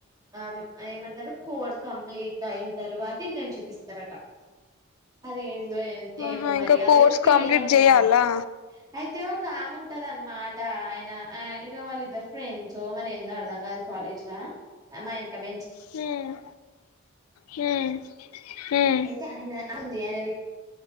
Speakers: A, on the right; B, on the left.
A: ఆ ఏమంటరు కోర్స్ కంప్లీట్ అయిన తర్వాత ఇంటర్న్షిప్ ఇస్తారట అది ఏ
B: ఆహా
A: ఏమో మరి
B: ఇంకా
A: అదేదో
B: కోర్స్
A: పేరన్నది
B: కంప్లీట్ చేయాలా
A: ఆమె అయితే ఐతే ఒకామె ఉంటది అనమాట. ఆయన ఇక వాళ్ళ ఇద్దరు ఫ్రెండ్స్. మరి ఏందో అర్థం కాదు. కాలేజ్ ల మా ఎనుక బెంజ్
B: హ్మ్ హ్మ్ హ్మ్
A: అయితే ఆయన ఆగు ఆయనది